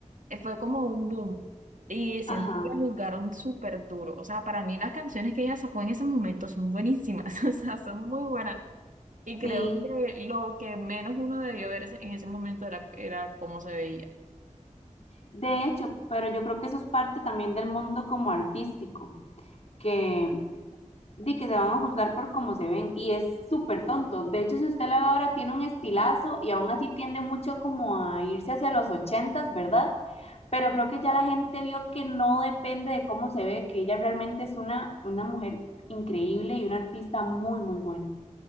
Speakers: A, on the right; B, on the left.
A: eh, fue como un boom y siento
B: ajá,
A: que la juzgaron súper duro, o sea, para mí las canciones que ella sacó en ese momento son buenísimas, <laughs> o sea, son muy buenas. Y creo
B: sí.
A: que lo que menos uno debió ver ese- en ese momento era, era cómo se veía.
B: De hecho, pero yo creo que eso es parte también del mundo como artístico, que di que se van a juzgar por cómo se ven y es súper tonto. De hecho, si usted la ve ahora tiene un estilazo y aún así tiende mucho como a irse hacia los ochentas, ¿verdad? pero creo que ya la gente vio que no depende de cómo se ve, que ella realmente es una, una mujer increíble y una artista muy, muy buena.